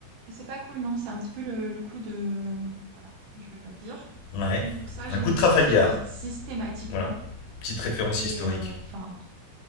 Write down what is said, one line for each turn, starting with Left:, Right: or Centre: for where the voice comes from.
Right: c'est pas cool, non? C'est un petit peu le, le coup de... Voilà, je vais pas le dire.
Left: Ouais.
Right: Donc ça,
Left: Un
Right: j'évite,
Left: coup de Trafalgar.
Right: j'évite systématiquement.
Left: Voilà. Petite référence
Right: Et
Left: historique.
Right: euh, enfin,